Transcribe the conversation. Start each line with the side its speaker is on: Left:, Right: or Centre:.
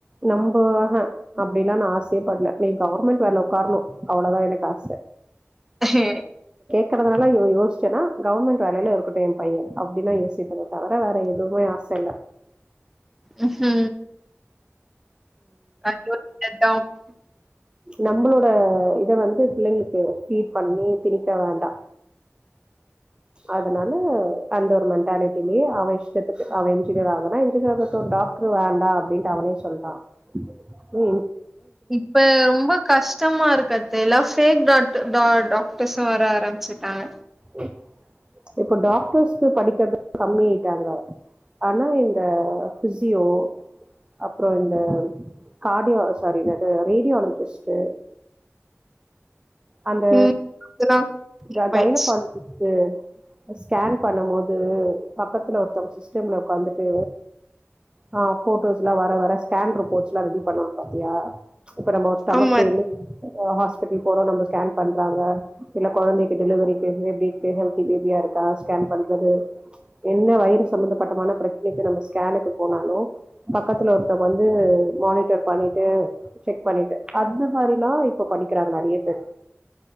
Right: நம்ப ஆஹ அப்டிலா நா ஆசயே பட்ல நீ கவர்மெண்ட் வேல உக்காரணு அவ்ளதா எனக்கு ஆச
Centre: அ ஹே
Right: கிறதுனால யோ யோச்சேனா கவர்மெண்ட் வேலைல இருக்கட்டு எ பைய்யே அப்டினா யோசிப்பனே தவிர வேற எதுமே ஆச இல்ல
Centre: உ ஹு அ <unintelligible> டவுன் ம்
Right: நம்மளோட இத வந்து பிள்ளைங்களுக்கு ஃபீட் பண்ணி திணிக்க வேண்டா அதனால அந்த ஒரு மென்டாலிட்டிலயே அவே இஷ்டத்துக்கு அவ இன்ஜினியர் ஆகுனா இன்ஜினியர் ஆகட்டு டாக்டர் வேண்டா அப்டின்னுட்டு அவனே சொல்டா உ
Centre: இப்ப ரொம்ப கஷ்டமா இருக்கு அது இப்ப எல்லா ஃபேக் டாக்டு டா டாக்ட்டெஸ்ஸு வர ஆரம்பிச்சுட்டாங்க
Right: <unintelligible> இப்ப டாக்டர்ஸ்க்கு படிக்றத கம்மிஆய்ட்டாங்க ஆனா இந்த ஃபிசியோ அப்றோ இந்த கார்டிடோ சாரி அதனது ரேடியாலஜிஸ்ட்டு அந்த
Centre: ம் அதெல்லா
Right: அ கைனகால
Centre: ஆயிடுச்சு
Right: <unintelligible> ஓ அ ஸ்கேன் பண்ணு போது பக்கத்துல ஒருத்தவங்க சிஸ்டம்ல உக்காந்துட்டு ஆ ஃபோட்டோஸ்ல்லா வர வர ஸ்கேன் ரிப்போர்ட்ஸ்ல்லா ரெடி பண்ணவாங்க பாத்தியா இப்ப நம்ம ஸ்டொமக்
Centre: ஆமா
Right: பெயின்னு அ ஹாஸ் இப்டி போறோ நம்ம ஸ்கேன் பண்றாங்க இல்ல கொழைந்தைக்கு டெலிவரி <unintelligible> எப்டி இருக்கு ஹெல் தி பேபியா இருக்கா ஸ்கேன் பண்றது என்ன வைரு சம்பந்தப்பட்டமான பிரச்சனைக்கு நம்ம ஸ்கேனுக்கு போனாலு பக்கத்துல ஒருத்தங்க வந்து மானிட்டர் பண்ணிட்டு செக் பண்ணிட்டு அந்த மாரில்லா இப்ப படிக்கிறாங்க நெறைய பேர்